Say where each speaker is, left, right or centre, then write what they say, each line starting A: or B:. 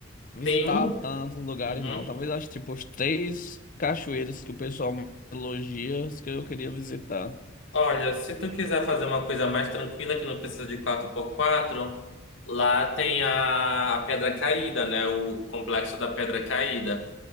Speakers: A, on the left (about 40°); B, on the left (about 70°).
A: visitar
B: Tem um.
A: tantos lugares,
B: Uhum.
A: não. Talvez acho tipo os três cachoeiras que o pessoal mais elogia, as que eu queria visitar.
B: Olha, se tu quiser fazer uma coisa mais tranquila que não precisa de quatro por quatro lá tem a, a Pedra Caída, né? O complexo da Pedra Caída.